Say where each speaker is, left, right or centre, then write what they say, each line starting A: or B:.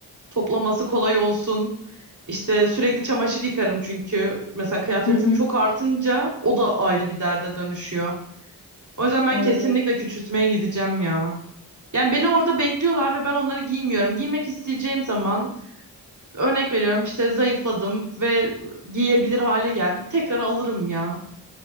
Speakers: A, on the right (about 45°); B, on the left (about 85°).
A: toplaması kolay olsun. İşte sürekli çamaşır yıkarım çünkü mesela kıyafetim
B: Hı hı,
A: çok artınca o da ayrı bir derde dönüşüyor. O yüzden ben
B: anladım.
A: kesinlikle küçültmeye gideceğim ya. Yani beni orada bekliyorlar ve ben onları giymiyorum. Giymek isteyeceğim zaman örnek veriyorum işte zayıfladım ve giyebilir hale geldim. Tekrar alırım ya.